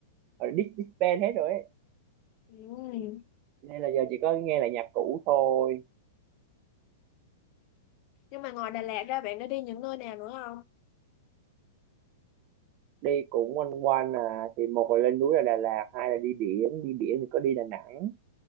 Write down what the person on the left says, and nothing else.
nhỉ ừ.
Nhưng mà ngoài Đà Lạt ra bạn đã đi những nơi nào nữa không?